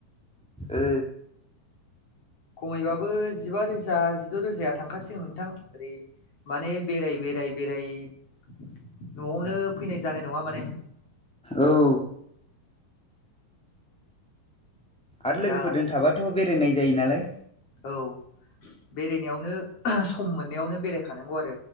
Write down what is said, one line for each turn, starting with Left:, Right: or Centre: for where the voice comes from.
Centre: ओ।
Left: खमैबाबो जिबा रोजा जिद' रोजाया थांखासिगोन नोंथां ओरै माने बेराय बेराय बेराय न'आवनो फैनाय जानाय नङा माने।
Centre: औ। आरो
Left: दा
Centre: लोगोफोरजों थाबाथ' बेरायनाय जायो नालाय।
Left: औ। बेरायनायावनो सम मोननायावनो बेरायखानांगौ आरो